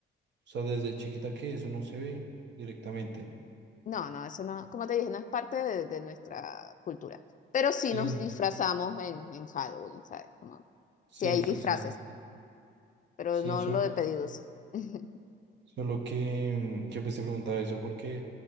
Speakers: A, on the right; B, on the left.
A: sea, desde chiquita que eso no se ve directamente.
B: No, no, eso no, como te dije, no es parte de, de nuestra cultura. Pero sí
A: Sí.
B: nos disfrazamos en, en Halloween, ¿sabes? Como,
A: Sí,
B: sí hay
A: sí,
B: disfraces,
A: sí.
B: pero
A: Sí,
B: no
A: sol-
B: lo de pedir dulce. <laughs>
A: solo que, mm, que pues te preguntaba eso porque